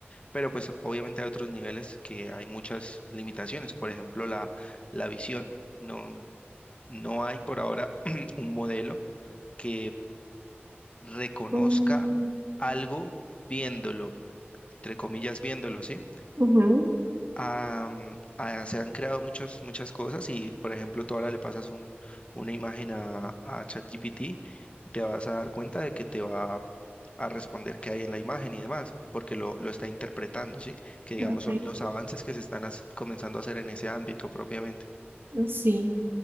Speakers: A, on the left (about 30°); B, on the right (about 60°).
A: pero pues obviamente hay otros niveles que hay muchas limitaciones, por ejemplo, la, la visión. No, no hay por ahora <clears throat> un modelo que reconozca
B: Mm,
A: algo viéndolo, entre comillas, viéndolo, ¿sí?
B: ujú,
A: Am, ah, se han creado muchos, muchas cosas y, por ejemplo, tú ahora le pasas un- una imagen a, a ChatGPT y te vas a dar cuenta de que te va a responder qué hay en la imagen y demás, porque lo, lo está interpretando, ¿sí? Que digamos
B: ok,
A: son los avances que se están haci- comenzando a hacer en ese ámbito propiamente.
B: Sí,